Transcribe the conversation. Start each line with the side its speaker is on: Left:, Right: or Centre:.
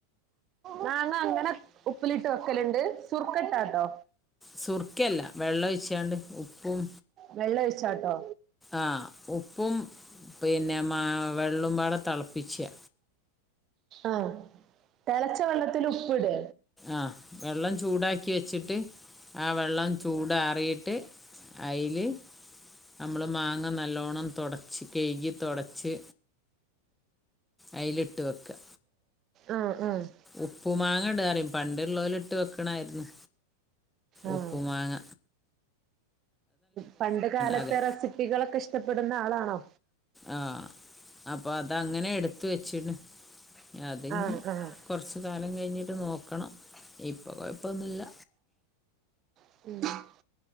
Right: മാങ്ങ അങ്ങനെ ഉപ്പിലിട്ട് വെക്കല്ണ്ട് സുർക്ക ഇട്ടാട്ടോ
Centre: സുർക്കയല്ലാ വെള്ളൊഴിച്ചാണ്ട് ഉപ്പും
Right: വെള്ള ഒഴിച്ചാട്ടോ?
Centre: ആഹ് ഉപ്പും പിന്നെ മാ വെള്ളം പാടെ തിളപ്പിച്ച്
Right: ആഹ് തിളച്ച വെള്ളത്തില് ഉപ്പ് ഇട്
Centre: ആഹ് വെള്ളം ചൂടാക്കി വെച്ചിട്ട് ആഹ് വെള്ളം ചൂടാറിയിട്ട് അയില് നമ്മള് മാങ്ങ നല്ലോണ്ണം തൊടച്ച് കഴുകി തൊടച്ച് അയിലിട്ട് വെക്കുക
Right: ആഹ് ആഹ്
Centre: ഉപ്പു മാങ്ങ ഇടാറിം പണ്ടുള്ളോല് ഇട്ട് വെക്കണായിരുന്നു
Right: ആഹ്
Centre: ഉപ്പ് മാങ്ങ
Right: പണ്ട് കാലത്തെ
Centre: അതെ
Right: റെസിപ്പികളൊക്കെ ഇഷ്ടപ്പെടുന്ന ആളാണോ
Centre: ആഹ് അപ്പൊ അതങ്ങനെ എടുത്ത് വെച്ചണ് അതിഞ്ഞി
Right: ആഹ് ആഹ്
Centre: കൊറച്ച് കാലം കഴിഞ്ഞിട്ട് നോക്കണം ഇപ്പം കൊഴപ്പൊന്നൂല്ല
Right: <inaudible>